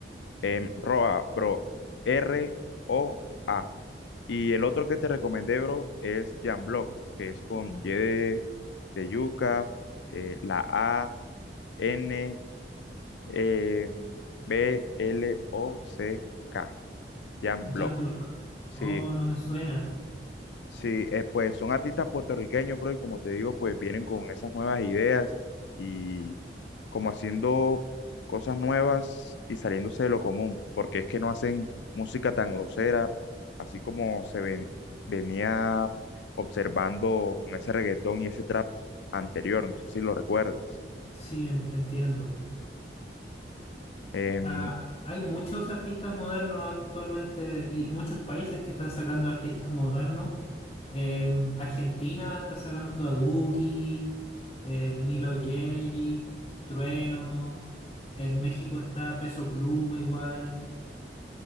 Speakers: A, on the left; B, on the left.
A: Em, Roa, bro, R-O-A. Y el otro que te recomendé, bro, es Jan Block, que es con Y de, de yuca, eh, la A. N eh, B-L-O-C-K, Jan
B: Jan
A: Block.
B: Block.
A: Sí,
B: Oh, no me suena.
A: sí, eh, pues son artistas puertorriqueños, bro, y como te digo, pues vienen con esas nuevas ideas y como haciendo cosas nuevas y saliéndose de lo común, porque es que no hacen música tan grosera, así como se ven- venía observando con ese reggaetón y ese trap anterior, no sé si lo recuerdas.
B: Sí, en- entiendo.
A: Em,
B: Ah, hay muchos artistas modernos actualmente y muchos países que están sacando artistas modernos. Em, Argentina está sacando a Duki, eh, Milo J, Trueno. En México está Peso Pluma igual.